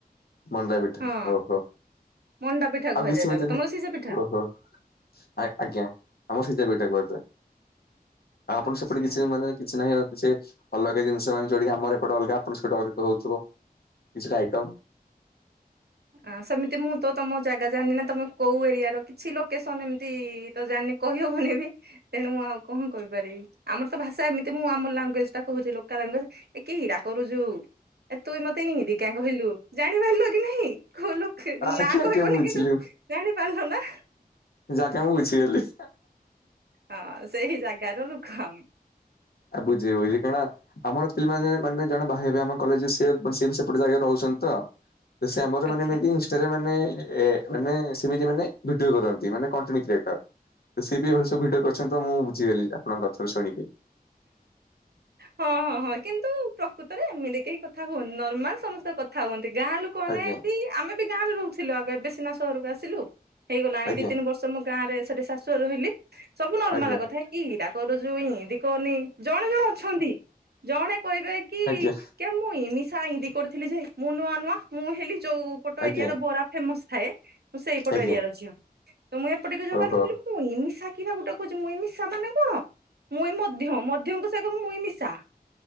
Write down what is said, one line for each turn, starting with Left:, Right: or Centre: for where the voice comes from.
Left: ମଣ୍ଡା ପିଠା
Right: ହଁ
Left: ଓହୋ
Right: ମଣ୍ଡା ପିଠା
Left: ଆଉ
Right: କୁହାଯାଏ
Left: କିଛି
Right: ତାକୁ ତମର ସିଝା ପିଠା
Left: ଓହୋ। ଆ ଆଜ୍ଞା ଆମର ସିଝା ପିଠା କୁହାଯାଏ ଆଉ ଆପଣ
Right: ଆଚ୍ଛା।
Left: ସେପଟେ କିଛି ମାନେ କିଛି ନାହିଁ ସେ ଅଲଗା ଜିନିଷ ମାନେ ଯୋଉଠି ଆମର ଏପଟେ ଅଲଗା ଆପଣ ସେପଟେ ଅଲଗା ହଉଥିବ। କିଛି ଟା ଆଇଟମ୍।
Right: ହଁ ସେମିତି ମୁଁ ତ ତମ ଜାଗା ଜାଣିନି ନା ତମେ କୋଉ ଏରିଆ ର କିଛି ଲୋକେସନ ଏମିତି ତ ଜାଣିନି କହି ହବନି ବି ତେଣୁ ମୁଁ ଆଉ କଣ କହିପାରିବି ଆମର ତ ଭାଷା ଏମିତି ମୁ ଆମ ଲାଙ୍ଗୁଏଜ ଟା କହୁଛି ଲୋକାଲ୍ ଲାଙ୍ଗୁଏଯ୍ ଏ ହୀରା କରୁଛୁ ଏ ତୁଇ ମତେ ଏ ନ୍ତି କିଆଁ କହିଲୁ ଜାଣି ପାରିଲୁ କି ନାଇଁ କହିଲୁ
Left: ଆଜ୍ଞା
Right: ନା
Left: ଆଜ୍ଞା
Right: କହିବନି
Left: ବୁଝିଲି
Right: କିନ୍ତୁ ଜାଣିପାରିଲ ନା।
Left: ଯାକେ ମୁଁ ବୁଝିଗଲି।
Right: ହଁ ସେଇ ଜାଗା ତ ଲୁକ ଆମେ।
Left: ଆଉ ବୁଝେଇିବ କଣା। ଆମର ପିଲମାନେ ମାନେ ଜଣେ ବାଇ ହେବେ ଆମ କଲେଜରେ ସ ବି ସେପଟେ ଜାଗାରେ ରହୁଛନ୍ତି ତ। ସେ ଆମର
Right: ଆଚ୍ଛା।
Left: ମାନେ ଏମିତି ମାନେ ମାନେ ସେମିତି ମାନେ ଭିଡିଓ କରନ୍ତି ମାନେ କଟେଣ୍ଟ କ୍ରିଏଟର। ସେ ସି ବି ଭ ସୁ ଭିଡିଓ କରିଛନ୍ତି ଆ ମୁଁ ବୁଝିଗଲି ଆପଣଙ୍କ କଥାରୁ ଶୁଣିକି।
Right: ହଁ ହଁ ହଁ କିନ୍ତୁ କୁ ତରେ ଏମିତି କେହି କଥା ହୁଅନ ନର୍ମାଲ ସମସ୍ତେ କଥା ହୁଅନ୍ତି ଗାଁ ଲୁକ ମାନେ
Left: ଆଜ୍ଞା
Right: ବି ଆମେ ବି ଗାଁ ରେ ରୋହୁଥିଲୁ <unintelligible> ଏବେ ସିନା ସହରୁକୁ ଆସିଲୁ ହେଇଗଲାଣି
Left: ଆଜ୍ଞା
Right: ଦି ତିନି ବଷ୍ <unintelligible> ଗାଁରେ ସେଠି ଶାଶୁଘରେ ରହିଲି ସବୁ ନର୍ମାଲ
Left: ଆଜ୍ଞା।
Right: କଥା କିରା କରୁଚୁ ଇନ୍ତି କରନି। ଜଣେ ଜଣେ ଅଛନ୍ତି ଜଣେ କହିବେ କି
Left: ଆଜ୍ଞା
Right: କେମ୍ ମୁଇଁ ନିଶା ଇନ୍ତି କରିଥିଲି ଯେ ମୁଁ ନୂଆ ନୂଆ ମୁଁ ହେଲି ଯୋଉ ପଟ
Left: ଆଜ୍ଞା
Right: ଏରିଆ ର ବରା ଫେମସ ଥାଏ ମୁଁ ସେଇପଟ
Left: ଆଜ୍ଞା
Right: ଏରିଆ ର ଝଅ ତ ମୁଁ ଏପ। <unintelligible>
Left: ଓହୋ
Right: ମୁଇଁ ନିଶା କୀରା ଗୁଟେ କୋହୁଚି ମୁଇଁ ନିଶା ମାନେ କଣ ମୁଁ <unintelligible> ମୁଇଁ ମିଶା।